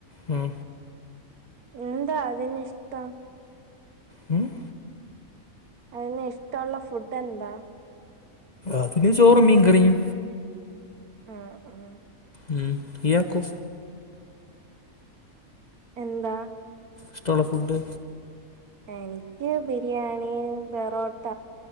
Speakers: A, on the left; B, on the right.
A: ഉം
B: എന്താ അതിന് ഇഷ്ടം
A: ഉം <unintelligible>
B: അതിന് ഇഷ്ടമുള്ള ഫുഡ് എന്താ
A: അതിന് ചോറും മീൻകറിയും
B: ഉം ഉം
A: ഉം ഇയാക്കോ
B: എന്താ
A: ഇഷ്ടള്ള ഫുഡ്
B: എനിക്ക് ബിരിയാണി പൊറോട്ട